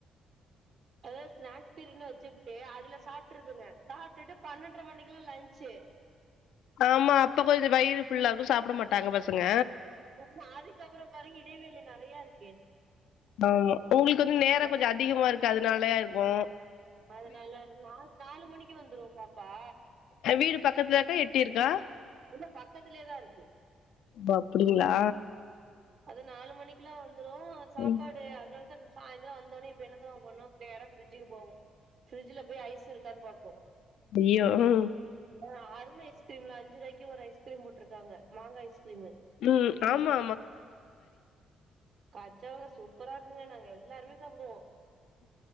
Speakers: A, on the right; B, on the left.
A: அதாது ஸ்நாக்ஸ் பீரியட்னு வெச்சுப்ட்டு அதுல சாப்ட்ருதுங்க சாப்டுட்டு பன்னெண்ட்ர மணிக்லா லன்ஞ்ச்சே
B: ஆமா அப்ப கொஞ்சோ வயிறு ஃபுல்லாகு சாப்ட மாட்டாங்க பசங்க
A: நாதிக்கப்பற பாருங்க இடைவெளி நெறையாருக்கே
B: ஆமா உங்ளுக்கு வந்து நேரோ
A: நா
B: கொஞ்சோ அதிகமாருக்கு அதுனாலயாருக்கு
A: அதனால நாலு மணிக்கு வந்துரு பாப்பா
B: அ வீடு பக்கத்லருக்கா எட்டிருக்கா
A: இல்லப் பக்கத்திலியேதா இருக்கு
B: பப்டிங்ளா
A: அது நாலு மணிக்கிலா வந்துரு சாப்பாட்
B: ம்
A: பே அதனால்தான் சாயந்ரோ வந்தோனே இப்ப என்னத் தெமா பண்ணு பேரா ஃப்ரிட்ஜிக்கு போவு ஃப்ரிட்ஜ்ல போயி ஐஸ் இருக்கான் பாக்கு
B: அய்யோ அ
A: அ அருண் ஐஸ்கிரீம்ல அஞ்சுருவாய்க்கி ஒரு ஐஸ்க்ரீம் போட்ருக்காங்க மாங்கா ஐஸ்கிரீமு
B: ம் ஆமாமா
A: கச்சவக சூப்பராக்குங்க நாங்க எல்லாருமே சாப்டுவோ